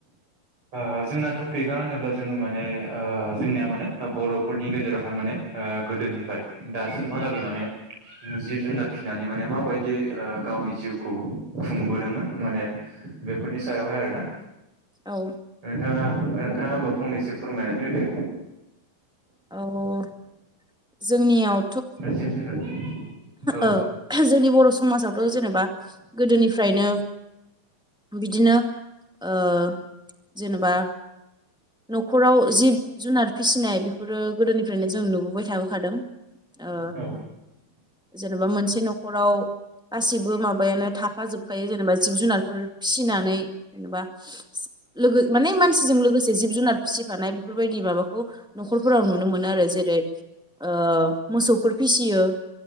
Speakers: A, on the right (about 35°); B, in the centre.
A: आ जोंना टपिकआ होनोब्ला जोङो माने ओ जोंनिया माने बर'फोरनि गेजेरावहाय माने ओ गोदोनिफ्राय दासिमहालागै माने। जिब जुनार फिसिनानै माने माबायदियै ओ गावनि जिउखौ खुंबोदोंमोन माने बेफोरनि सायावहाय आरोना।
B: औ
A: नोंथाङा नोंथाङा होनोमब फंनैसो फोरमायनानै होदो।
B: औ जोंनियाव
A: जिब जुनार। औ
B: ओं जोंनि बर' समाजावथ' जेनेबा गोदोनिफ्रायनो बिदिनो ओ जेनेबा न'खराव जिब जुनार फिसिनाय बेफोरो गोदोनिफ्रायनो जों नुबोबाय थाबोखादों। ओ
A: औ
B: जेनेबा मोनसे न'खराव। गासिबो माबायानो थाफाजोबखायो जेनेबा जिब जुनारफोर। फिसिनानै जेनेबा लोगो माने मानसिजों लोगोसे जिब जिब जुनाद फिसिफानाय बेफोरबायदि माबाखौ न'खरफोराव नुनो मोनो आरो जेरै ओ मोसौफोर फिसियो।